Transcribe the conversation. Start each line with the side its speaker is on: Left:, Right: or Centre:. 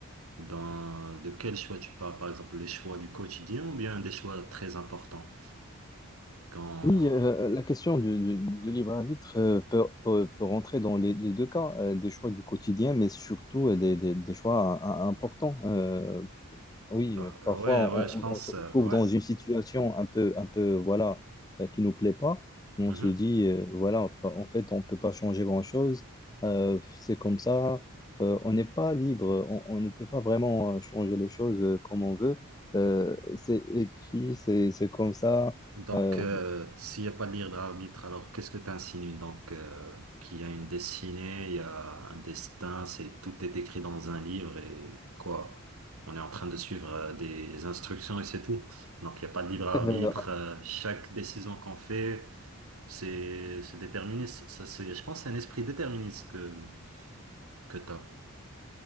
Right: dans, de quel choix tu parles? Par exemple, les choix du quotidien ou bien des choix très importants? Quand,
Left: oui, euh, la question du, du- du libre arbitre euh, peut, peut, peut rentrer dans les, les deux cas, euh, des choix du quotidien, mais surtout euh, des, des- des choix euh, importants. euh, Oui,
Right: ah,
Left: euh, parfois
Right: ouais,
Left: on,
Right: ouais, je pense,
Left: on- on se retrouve
Right: euh, ouais.
Left: dans une situation un peu, un peu, voilà, euh, qui nous plaît pas. On
Right: Mhm.
Left: se dit, euh, voilà, pa- en fait, on peut pas changer grand-chose. Euh, c'est comme ça. Euh, on n'est pas libre. On, on ne peut pas vraiment euh, changer les choses euh, comme on veut. Euh, c'est écrit, c'est, c'est comme ça.
Right: Donc,
Left: Euh,
Right: euh, s'il n'y a pas de libre d'arbitre, alors qu'est-ce que tu insinues? Donc, euh, qu'il y a une destinée, il y a un destin, c'est tout est écrit dans un livre et quoi? On est en train de suivre euh, des instructions et c'est tout. Donc, il n'y a pas de libre arbitre.
Left: <laughs>
Right: euh, chaque décision qu'on fait, c'est c'est déterministe. Ça, c'est, je pense, que c'est un esprit déterministe que que t'as.